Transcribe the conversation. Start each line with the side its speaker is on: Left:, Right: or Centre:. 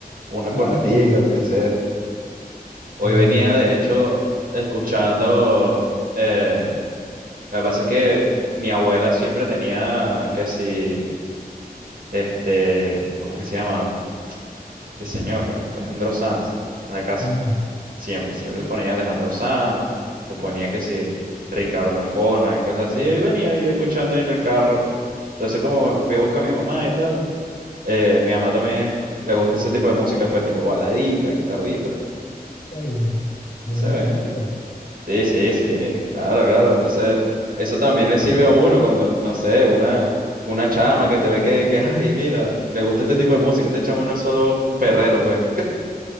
Right: Una cornetica,
Left: Ah, está bien,
Right: lo que sea.
Left: está
Right: Hoy
Left: bien,
Right: venía,
Left: está bien.
Right: de hecho, escuchando. Eh, lo que pasa es que mi abuela siempre tenía que si. Este. ¿Cómo es que se llama? Este señor, Alejandro Sanz, en la casa.
Left: Ah,
Right: Siempre, siempre se ponía Alejandro Sanz. O ponía que si. Ricardo Arjona y cosas así. Y venía yo escuchando ahí en el carro. Entonces, como fui a buscar a mi mamá y tal. eh, mi mamá también le gusta ese tipo de música, pues tipo baladita, guitarrita.
Left: está bien. Buena
Right: No sé, bueno.
Left: música.
Right: Sí, sí, sí, claro, claro.
Left: Bueno,
Right: Entonces, eso también le sirve a uno cuando, no sé, una, una chama que te ve que, que, ay, mira, le gusta este tipo de música, este chamo no es solo perrero, pues.